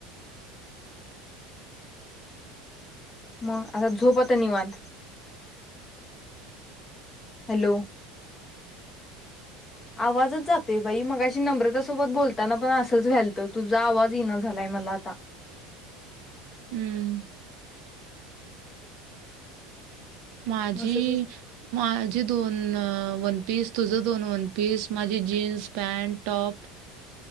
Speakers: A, on the left; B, on the right.
A: मग आता झोप आता निवात. हॅलो. आवाजच जाते बाई मगाशी नम्रता सोबत बोलताना पण असंच व्हाल घ्यालतं तुझा आवाज येना झालाय मलाता
B: हम्म माझी
A: असंच
B: माझी दोन वन पीस तुझं दोन वनपीस माझी जीन्स पॅन्ट टॉप